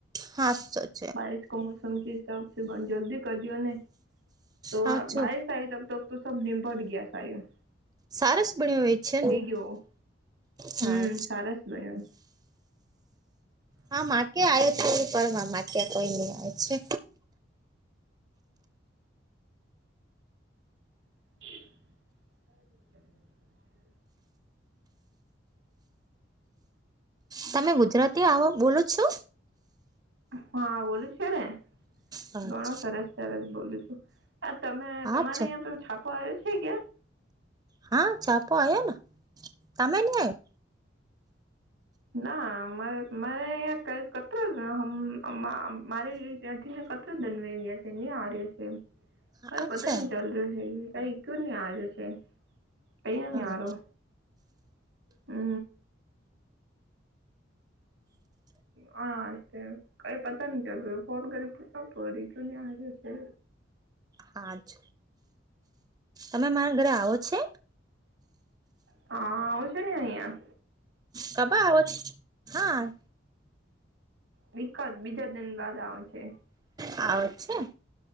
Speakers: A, on the right; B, on the right.
A: હા સર.
B: બારિશ કો મોસમ કે હિસાબથી બંધ જલ્દી કર દ્યો ને તો
A: હાચો
B: બારિશ સાહે તબ તક તો સબ દિમ પટ ગયા હતા એમ.
A: સારસ બન્યો હોય છે
B: ગયો
A: હા
B: હમ સરસ બન્યો
A: હા માટે આયો તો પરમા માટેયા કોઈ નઈ આવે છે.
B: <inaudible>
A: તમે ગુજરાતી આવો બોલો છો.
B: હા બોલું છે ને
A: અચ્છા
B: ઘણો સરસ સરસ બોલું છું. આ તમે
A: અચ્છા
B: તમારે અયાં પે છાપો આવ્યો છે ક્યાં.
A: હા છાપો આયો ને તમે નહી આયુ.
B: ના માર મારે અય કઈ કત્ર <unintelligible> મારે ત્યાંથી ને ધનવે ગયા છે આર્ય છે.
A: આવ્યો
B: હ
A: અચ્છા
B: પતાય નહી ચાલ રહ્યો છે કઈ કયું નહી આર્યું છે ક્યુ
A: અચ્છા
B: નય આ ર્યો. અ.
A: હ <inaudible>
B: હા તે કઈ પતા ન ચાલ્યું ફોન કરી પૂછવુ પડે ક્યું નય આર્યુ છે.
A: હા છે. તમે મારા ઘરે આવો છે.
B: હા આવુ છે ને અહ્યા.
A: કપે આવો છો હાં.
B: વીકલ્પ બીજા દીન બાદ આવે છે.
A: આવે છે.